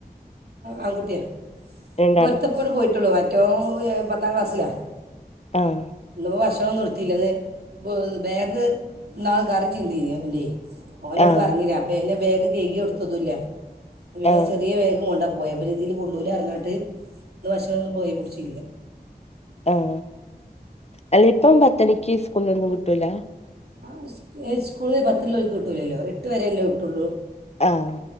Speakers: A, on the right; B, on the left.
A: ആൺകുട്ടിയാ
B: രണ്ടാളും
A: ഇപ്പ ഒരുത്തൻ ഇപ്പങ്ങട് പോയിട്ടുള്ളൂ മറ്റോൻ പത്താം ക്ലാസ്സിലാണ്
B: ആഹ്
A: ഇന്ന് ഇപ്പോ ഭക്ഷണം ഒന്നും ഇടുത്തില്ലെന്നു ബാഗ് ഇന്നാൾ കറി ചിന്തിനി അയിൽ ഓൻ ഇന്നോട്
B: ആഹ്
A: പറഞ്ഞില്ല അപ്പം പിന്നെ ബാഗ് കെഴുകി കൊടുത്തതുയില്ല പിന്നെ
B: ആഹ്
A: ചെറിയ ബേഗ് കൊണ്ടാ പോയെ അപ്പോ ഇഞ്ഞി ഇതിൽ കൊള്ളൂല അറിഞ്ഞാട്ട് ഇന്ന് ഭക്ഷണം ഒന്നും ഇപ്പോ കയ്യിൽ പിടിച്ചില്ല
B: ആഹ അല്ല ഇപ്പം പത്തുമണിക്ക് സ്കൂൾന്നൊന്നും കിട്ടൂല
A: ആ സ്കൂളിൽ പത്തുള്ളേർക്ക് കിട്ടൂലല്ലോ എട്ട് വരെ എല്ലേ കിട്ടുള്ളൂ
B: ആഹ്